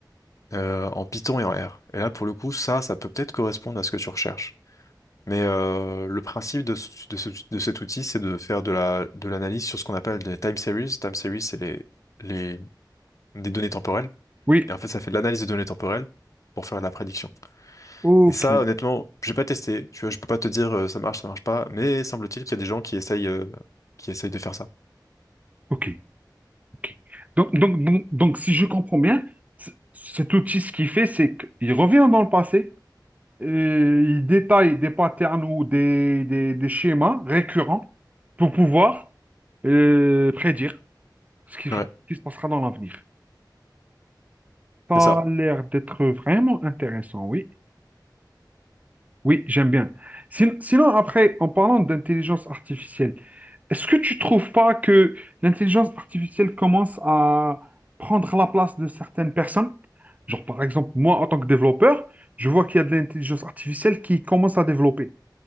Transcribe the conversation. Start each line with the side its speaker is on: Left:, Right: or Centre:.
Left: euh, en Python et en R. Et là, pour le coup, ça, ça peut peut-être correspondre à ce que tu recherches. Mais euh, le principe de, ce- de, ce- de cet outil, c'est de faire de la, de l'analyse sur ce qu'on appelle des time series. Time series, c'est les, les, des données temporelles.
Right: Oui.
Left: Et en fait, ça fait de l'analyse des données temporelles pour faire de la prédiction.
Right: Ok.
Left: Et ça, honnêtement, j'ai pas testé. Je, je peux pas te dire euh, ça marche, ça marche pas. Mais semble-t-il qu'il y a des gens qui essayent, euh, qui essayent de faire ça.
Right: Ok. Ok. Donc, donc, donc, donc, si je comprends bien, c- cet outil, ce qu'il fait, c'est qu'il revient dans le passé, et il détaille des patterns ou des, des- des schémas récurrents pour pouvoir euh, prédire ce qui, ce
Left: Ouais,
Right: qui se passera dans l'avenir. Ça
Left: c'est ça.
Right: a l'air d'être vraiment intéressant, oui. Oui, j'aime bien. Sin- Sinon, après, en parlant d'intelligence artificielle, Est-ce que tu trouves pas que l'intelligence artificielle commence à prendre la place de certaines personnes? Genre, par exemple, moi, en tant que développeur, je vois qu'il y a de l'intelligence artificielle qui commence à développer.